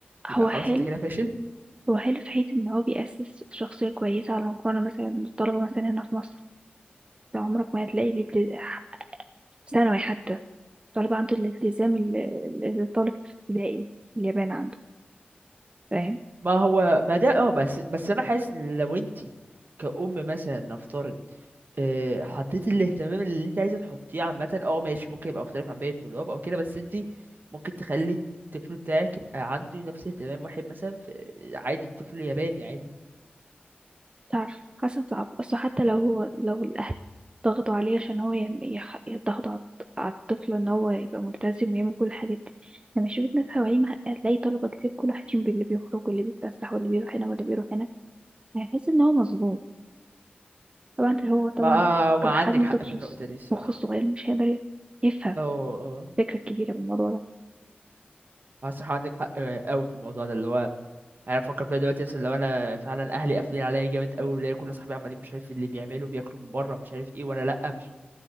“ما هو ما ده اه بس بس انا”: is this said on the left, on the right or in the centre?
Right